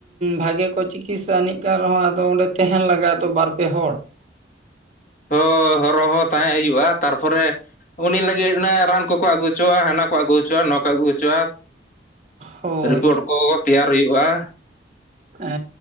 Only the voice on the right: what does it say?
ᱵᱷᱟᱜᱮ ᱠᱚ ᱛᱤᱠᱤᱥᱟ ᱟᱹᱱᱤᱡ ᱠᱟᱱ ᱨᱮᱦᱚᱸ ᱟᱫᱚ ᱚᱸᱰᱮ ᱛᱟᱦᱮᱱ ᱞᱟᱜᱟᱜᱼᱟ ᱛᱚ ᱵᱟᱨ ᱯᱮ ᱦᱚᱲ
ᱦᱳᱭ
ᱦᱮ